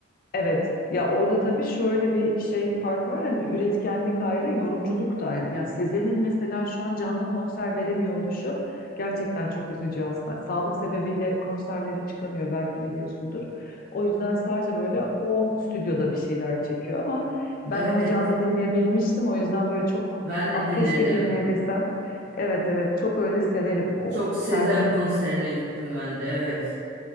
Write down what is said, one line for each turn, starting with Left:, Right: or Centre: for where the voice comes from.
Left: Evet ya orada tabii şöyle bir şey farkı var hani üretkenlik ayrı yorumculuk da ayrı. Ya Sezen'in mesela şu an canlı konser veremiyor oluşu gerçekten çok üzücü aslında. Sağlık sebebiyle konserlere çıkamıyor belki biliyorsundur. O yüzden sadece böyle o stüdyoda bir şeyler çekiyor ama ben
Right: evet
Left: onu canlı dinleyebilmiştim. O yüzden böyle çok
Right: ben de
Left: ah
Right: dinledim.
Left: keşke dinleyebilsem. Evet evet çok öyle severim o
Right: Çok Sezen
Left: Sertab.
Right: konserine gittim ben de evet.